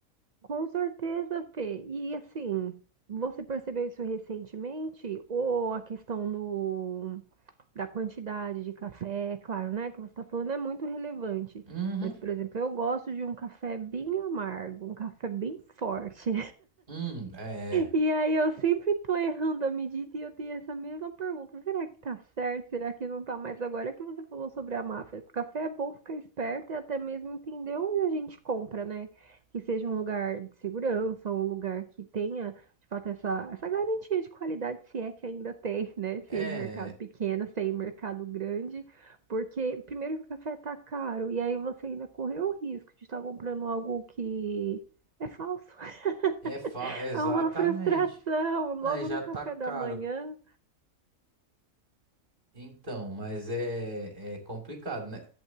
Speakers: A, on the right; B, on the right.
A: com certeza, Fê. E assim, você percebeu isso recentemente? Ou a questão do, da quantidade de café, é claro, né? Que você está falando é muito relevante.
B: Uhum.
A: Mas, por exemplo, eu gosto de um café bem amargo, um café bem forte.
B: Hum, é,
A: E aí eu sempre tô errando a medida e eu tenho essa mesma pergunta. Será que tá certo? Será que não tá mais? Agora que você falou sobre a máfia, café é bom ficar esperto e até mesmo entender onde a gente compra, né? Que seja um lugar de segurança, um lugar que tenha, de fato, essa, essa garantia de qualidade, se é que ainda tem, <laughs> né? Se
B: é,
A: é em mercado pequeno, se é em mercado grande. Porque, primeiro, que o café tá caro e aí você ainda correu o risco de estar comprando algo que é falso. <laughs>
B: é, fa- exatamente.
A: É uma frustração, logo
B: É, já
A: no
B: tá
A: café
B: caro.
A: da manhã.
B: Então, mas é, é complicado, né?